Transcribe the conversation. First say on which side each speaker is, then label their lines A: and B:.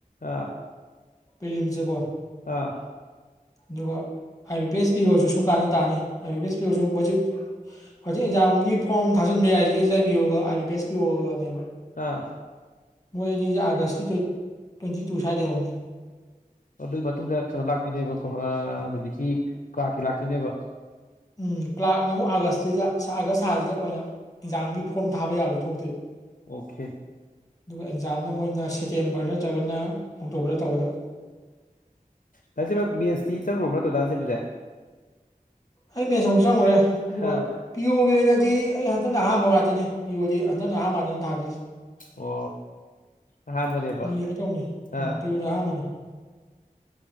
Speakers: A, on the left; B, on the left.
A: ꯑꯥ
B: ꯄꯔꯤꯂꯤꯝꯁꯁꯦꯀꯣ
A: ꯑꯥ
B: ꯑꯗꯨꯒ ꯑꯥꯏ ꯕꯤ ꯄꯤ ꯑꯦꯁ ꯄꯤ ꯑꯣꯁꯨ ꯁꯨꯡ ꯀꯥꯟꯅ ꯇꯥꯅꯤ ꯑꯥꯏ ꯕꯤ ꯄꯤ ꯑꯦꯁ ꯄꯤ ꯑꯣꯁꯨ ꯍꯧꯖꯤꯛ ꯍꯧꯖꯤꯛ ꯑꯦꯛꯖꯥꯝꯒꯤ ꯐꯣꯔꯝ ꯊꯥꯖꯜ ꯕ ꯌꯥꯏꯁꯦ ꯑꯦꯁ B I P ꯑꯣꯒ I B P S P ꯑꯣꯒꯅꯦꯕ
A: ꯑꯥ
B: ꯃꯣꯏ ꯑꯅꯤꯁꯦ ꯑꯥꯒꯁꯀꯤ ꯇꯋꯦꯟꯇꯤ ꯇꯨ ꯁꯋꯥꯏꯗꯩ ꯍꯧꯅꯤ
A: ꯑꯗꯨꯒꯤ ꯃꯇꯨꯡꯗ ꯀꯩꯅꯣ ꯂꯥꯛꯇꯣꯏꯅꯦꯕꯀꯣ ꯍꯧꯖꯤꯛꯀꯤ ꯀꯂꯥꯔꯛꯀꯤ ꯂꯥꯛꯇꯣꯏꯅꯦꯕ
B: ꯎꯝ ꯀ꯭ꯂꯥꯔꯛꯅ ꯑꯃꯨꯛ ꯑꯥꯒꯁꯁꯤꯗ ꯑꯥꯒꯁ ꯊꯥꯁꯤꯗ ꯑꯣꯏꯅ ꯑꯦꯛꯖꯥꯝꯒꯤ ꯐꯣꯔꯝ ꯊꯥꯕ ꯌꯥꯕꯗꯣ ꯊꯣꯛꯂꯛꯇꯣꯏꯕ
A: ꯑꯣꯀꯦ
B: ꯑꯗꯨꯒ ꯑꯦꯛꯖꯥꯝꯅ ꯃꯣꯏꯅ ꯁꯦꯞꯇꯦꯝꯕꯔ ꯅꯠꯇ꯭ꯔꯒꯅ ꯑꯣꯛꯇꯣꯕꯔꯗ ꯇꯧꯒꯗꯕ
A: ꯗꯥ ꯂꯟꯆꯦꯟꯕ ꯃꯦꯟꯁꯇꯤ ꯆꯪꯉꯨꯔꯕ ꯅꯠꯇꯔꯣ ꯗꯥ ꯂꯟꯆꯦꯟꯕꯁꯦ
B: ꯑꯩ ꯃꯦꯟꯁ ꯑꯃꯨꯛ ꯆꯪꯉꯨꯔꯦ ꯑꯗꯨꯒ
A: ꯑꯥ
B: ꯄꯤꯌꯣꯒꯤ ꯑꯣꯏꯅꯗꯤ ꯑꯩ ꯍꯟꯗꯛꯅ ꯑꯍꯥꯟꯕ ꯉꯥꯛꯇꯅꯦ ꯄꯤ ꯑꯣ ꯗꯤ ꯍꯟꯗꯛꯅ ꯑꯍꯥꯟꯕ ꯉꯥꯛꯇꯅꯤ ꯊꯥꯗꯣꯏꯁꯦ
A: ꯑꯣ ꯑꯍꯥꯟꯕꯅꯦꯕ
B: ꯌꯦꯡꯒꯦ ꯇꯧꯅꯦ ꯎꯝ
A: ꯑꯥ
B: ꯄꯤ ꯑꯣꯗꯤ ꯑꯍꯥꯟꯕꯅꯦ